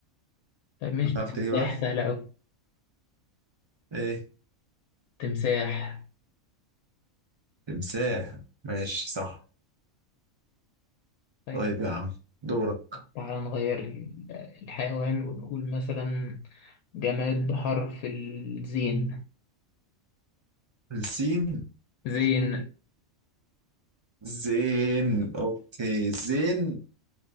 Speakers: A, on the left; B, on the right.
A: طيب مش
B: هتعرف
A: ده تمساح
B: تجيبها؟
A: سهلة أوي
B: ايه
A: تمساح
B: تمساح ماشي صح
A: طيب
B: طيب يا عم دورك
A: تعال نغير ال- الحيوان ونقول مثلا جماد بحرف الزين
B: السين
A: زين
B: زين اوكي زين